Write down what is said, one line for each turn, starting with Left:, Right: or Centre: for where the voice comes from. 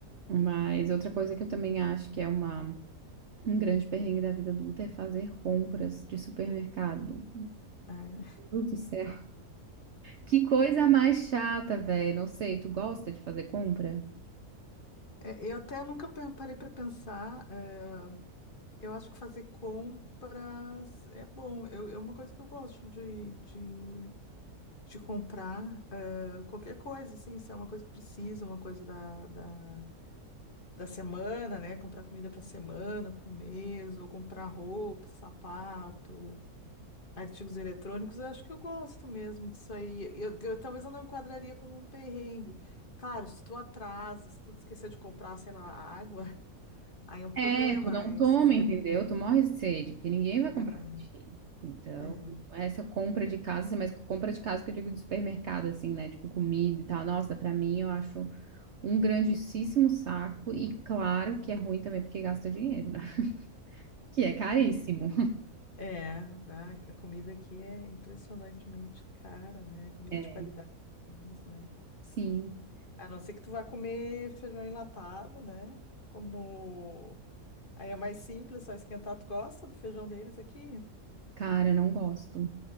Right: Mas outra coisa que eu também acho que é uma, um grande perrengue da vida adulta é fazer compras de supermercado.
Left: É.
Right: Meu Deus do céu. Que coisa mais chata, velho. Não sei, tu gosta de fazer compra?
Left: É, Eu até nunca pe- parei para pensar. é, eu acho que fazer compras é bom. Eu, é uma coisa que eu gosto de, de, de comprar. é, qualquer coisa, assim, se é uma coisa que precisa, uma coisa da, da, da semana, né? Comprar comida para semana, para o mês, ou comprar roupa, sapato. Artigos eletrônicos, eu acho que eu gosto mesmo disso aí. Eu, eu- talvez eu não enquadraria como um perrengue. Claro, se tu atrasa, se tu esqueceu de comprar, sei lá, água, <laughs> aí é um problema,
Right: É, tu não
Left: né?
Right: toma,
Left: É sério.
Right: entendeu? Tu morre de sede, porque ninguém vai comprar
Left: É,
Right: pra ti. Então,
Left: é,
Right: essa compra de casa, assim, mas compra de casa que eu digo de supermercado, assim, né? Tipo comida e tal. Nossa, pra mim eu acho um grandíssimo saco. E claro que é ruim também porque gasta dinheiro, né? <laughs> Que é caríssimo.
Left: é, bah, a comida aqui é impressionantemente cara, né? Comida
Right: É,
Left: de qualidade, pelo menos, né?
Right: Sim,
Left: A não ser que tu vá comer feijão enlatado, né? Como aí é mais simples, só esquentar. Tu gosta do feijão deles aqui?
Right: cara, não gosto.